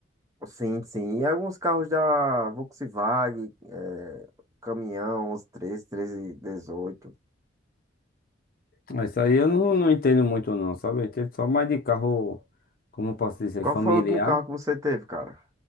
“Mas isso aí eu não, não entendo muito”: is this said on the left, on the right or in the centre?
Left